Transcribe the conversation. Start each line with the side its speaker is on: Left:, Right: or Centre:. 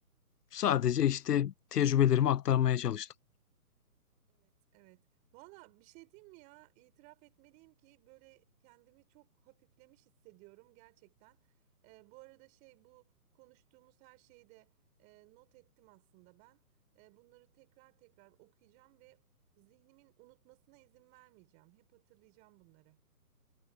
Left: sadece işte tecrübelerimi aktarmaya çalıştım.
Right: Evet, evet. Valla bir şey diyeyim mi ya? İtiraf etmeliyim ki böyle kendimi çok hafiflemiş hissediyorum gerçekten. Ee, bu arada şey bu konuştuğumuz her şeyi de e, not ettim aslında ben. E, bunları tekrar tekrar okuyacağım ve zihnimin unutmasına izin vermeyeceğim. Hep hatırlayacağım bunları.